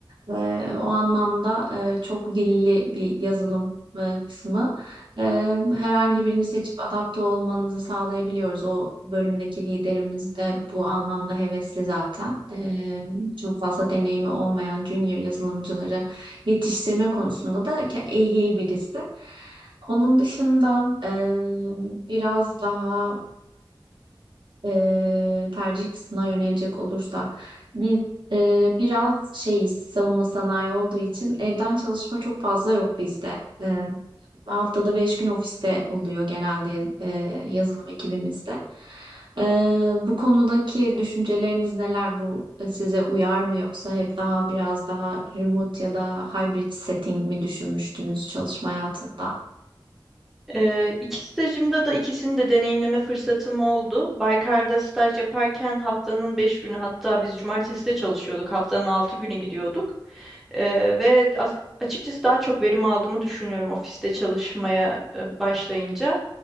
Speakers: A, on the right (about 65°); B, in the centre.
A: Ee, o anlamda e, çok dilli bir yazılım e, kısmı. Ee, herhangi birini seçip adapte olmanızı sağlayabiliyoruz. O bölümdeki liderimiz de bu anlamda hevesli zaten. Ee, çok fazla deneyimi olmayan junior yazılımcıları yetiştirme konusunda da ke- ehil birisi. Onun dışında e, biraz daha e, tercih kısmına yönelecek olursak biz e, biraz şeyiz savunma sanayi olduğu için evden çalışma çok fazla yok bizde. E, haftada 5 gün ofiste oluyor genelde e, yazılım ekibimizde. E, bu konudaki düşünceleriniz neler? Bu e, size uyar mı yoksa hep daha biraz daha remote ya da hybrid setting mi düşünmüştünüz çalışma hayatında?
B: Eee iki stajımda da ikisini de deneyimleme fırsatım oldu. Baykar'da staj yaparken haftanın beş günü hatta biz cumartesi de çalışıyorduk. Haftanın 6 günü gidiyorduk. Eee, ve as- açıkçası daha çok verim aldığımı düşünüyorum ofiste çalışmaya e, başlayınca.